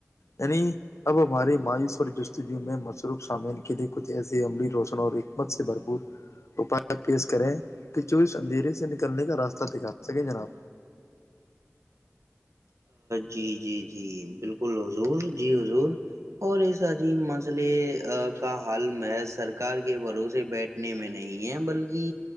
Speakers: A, on the left; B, on the right.
A: یعنی اب ہماریے مائی ستی میں مصروف شامل کے لیے کچھ ایسسی عملی روشن اور حکمت سے بھرپور اپائے پیش کریں کہ چوس اندھیرے سے نکلنے کا راستہ دکھا سکے جناب
B: جی جی جی بالکل حضور جی حضور اور اس عظیم مسئلے کا حل محض سرار کے بھروسے بیٹھ نے میں نہیں ہے بلکہ